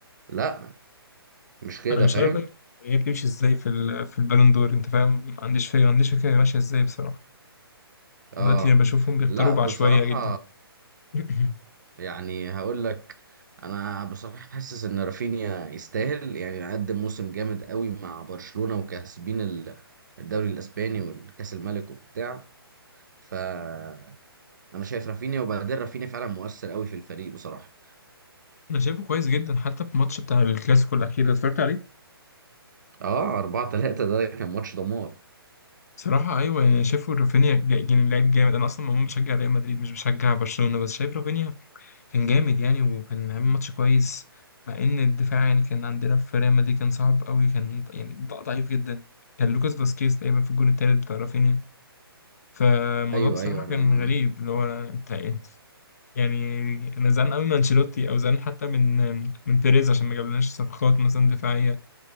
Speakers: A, on the right (about 50°); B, on the left (about 40°).
A: لا مش كده
B: أنا مش
A: فاهم
B: عارف بقى هي بتمشي إزاي في ال... في البالون دور أنت فاهم ما عنديش فكرة ما عنديش فكرة هي ماشية إزاي بصراحة دلوقتي
A: آه
B: أنا بشوفهم بيختاروا
A: لا
B: بعشوائية
A: بصراحة
B: جدا <clears throat>
A: يعني هقول لك انا بصراحه حاسس ان رافينيا يستاهل يعني قدم موسم جامد قوي مع برشلونه وكاسبين ال- الدوري الاسباني والكاس الملك وبتاع فانا شايف رافينيا وبعدين رافينيا فعلا مؤثر قوي في الفريق بصراحه
B: أنا شايفه كويس جدا حتى في الماتش بتاع الكلاسيكو الأخير ده اتفرجت عليه
A: اه 4 3 ده كان ماتش دمار
B: صراحة أيوه يعني شايفه رافينيا جا- يعني لعيب جامد أنا أصلا عموما بشجع ريال مدريد مش بشجع برشلونة بس شايف رافينيا كان جامد يعني وكان عامل ماتش كويس مع ان الدفاع يعني كان عندنا في ريال مدريد كان صعب قوي كان ض- يعني ض- ضعيف جدا كان لوكاس فاسكيز تقريبا في الجون التالت بتاع رافينيا فالموضوع
A: ايوه
B: بصراحة
A: ايوه
B: كان
A: انا
B: غريب اللي هو انت انت- يعني انا زعلان قوي من انشيلوتي او زعلان حتى من من بيريز عشان ما جابلناش صفقات مثلا دفاعية